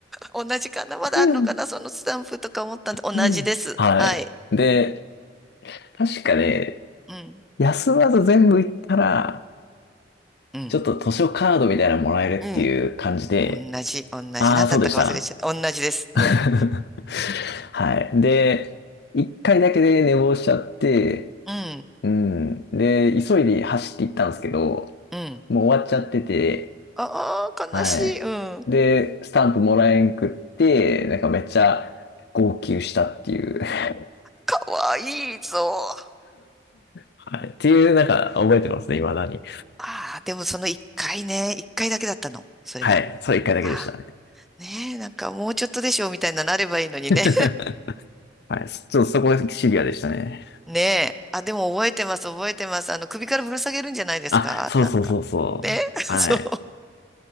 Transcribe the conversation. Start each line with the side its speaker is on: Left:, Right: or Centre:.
Centre: <laughs> 同じかなまだあるのかなそのスタンプとか思ったんで、
Left: うん
Centre: 同じです。
Left: うんはい。
Centre: はい。
Left: で、確かね、
Centre: うん。
Left: 休まず全部行ったら、
Centre: うん。
Left: ちょっと図書カードみたいなのもらえるっていう感じで、
Centre: うん。同じ、同じ。
Left: ああ、
Centre: 何だったか忘れちゃった。
Left: そうでした
Centre: 同じです。
Left: <laughs>
Centre: うん。
Left: はい。で、一回だけで寝坊しちゃって、
Centre: うん。
Left: うん。で、急いで走って行ったんですけど、
Centre: うん。
Left: もう終わっちゃってて、
Centre: ああ、悲しい。
Left: はい。
Centre: うん。うん。
Left: で、スタンプもらえんくって、なんかめっちゃ号泣したっていう <laughs>
Centre: かわいいぞ。
Left: はい。っていう、なんか覚えてますね、未だに。
Centre: ああ、でもその一回ね、一回だけだったの。それは。
Left: はい。それ一回だけでしたね。
Centre: ああ。ねえ、なんかもうちょっとでしょみたいななればいいのにね。
Left: <laughs> はい。ちょっとそこがシビアでしたね。
Centre: ねえ。あ、でも覚えてます、覚えてます。あの、首からぶら下げるんじゃないですかなんか。
Left: あ、そうそうそうそう。
Centre: ね <laughs>
Left: はい。
Centre: そう。